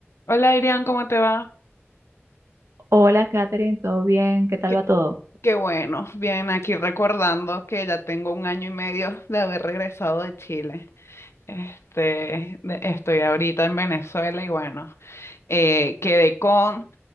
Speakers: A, on the left; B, on the right.
A: Hola Irian, ¿cómo te va?
B: Hola, Katherine, ¿todo bien? ¿Qué tal
A: Qué,
B: va todo?
A: qué bueno, bien, aquí recordando que ya tengo un año y medio de haber regresado de Chile. Este, de- estoy ahorita en Venezuela y bueno, eh, quedé con